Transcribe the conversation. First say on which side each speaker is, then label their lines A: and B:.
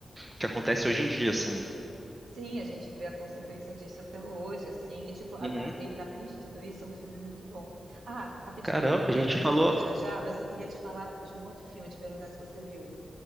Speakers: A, on the right; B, on the right.
A: que acontece hoje em dia, assim.
B: Sim, a gente vê a consequência disso até hoje, assim, e tipo, a,
A: Uhum.
B: a, e para além de tudo isso, é um filme muito bom. Ah, rapidinho,
A: Caramba,
B: eu vou
A: a gente
B: ter que
A: falou.
B: desligar já já, mas eu queria te falar de um outro filme, te perguntar se você viu.